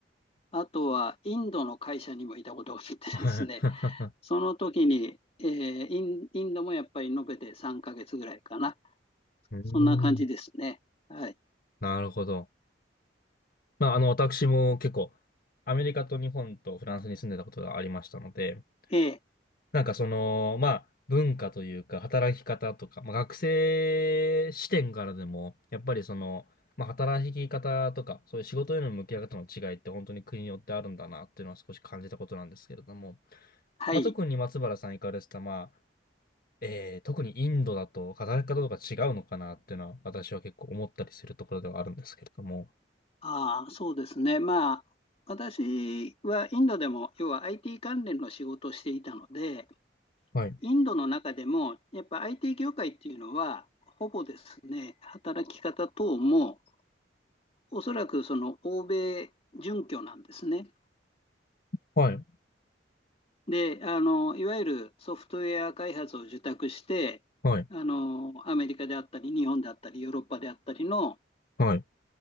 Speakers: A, on the left (about 35°); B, on the left (about 55°).
A: あとはインドの会社にもいたことがあってですね、
B: はい。<laughs>
A: その時に、えーイン、インドもやっぱり延べて3ヶ月ぐらいかな。
B: うーん。
A: そんな感じですね。はい。
B: なるほど。まあ、あの、私も結構、アメリカと日本とフランスに住んでたことがありましたので、
A: ええ、
B: なんかその、まあ、文化というか、働き方とか、まあ、学生視点からでも、やっぱりその、まあ、働き方とか、そういう仕事への向き合い方の違いって本当に国によってあるんだなっていうのは少し感じたことなんですけれども、
A: はい。
B: まあ、特に松原さん行かれてた、まあ、えー、特にインドだと働き方とか違うのかなっていうのは私は結構思ったりするところではあるんですけれども。
A: ああ、そうですね。まあ、私はインドでも、要は IT 関連の仕事をしていたので、
B: はい、
A: インドの中でも、やっぱ IT 業界っていうのは、ほぼですね、働き方等も、おそらくその欧米準拠なんですね。
B: はい、
A: で、あの、いわゆるソフトウェア開発を受託して、
B: はい、
A: あの、アメリカであったり、日本であったり、ヨーロッパであったりの
B: はい、